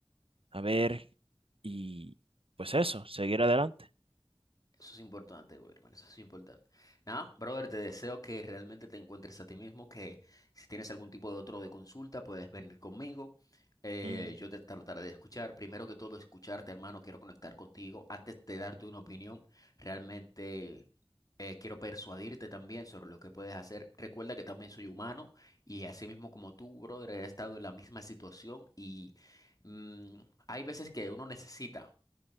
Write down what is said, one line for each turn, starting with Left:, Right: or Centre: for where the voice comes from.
Right: a ver y pues eso, seguir adelante.
Left: Eso es importante, güey, hermano, eso es importante. Nada, brother, te deseo que realmente te encuentres a ti mismo, que si tienes algún tipo de otro de consulta, puedes venir conmigo. Eh,
Right: Ujú,
Left: yo te trataré de escuchar. Primero que todo, escucharte, hermano, quiero conectar contigo. Antes de darte una opinión, realmente eh, quiero persuadirte también sobre lo que puedes hacer. Recuerda que también soy humano y así mismo como tú, brother, he estado en la misma situación y mm, hay veces que uno necesita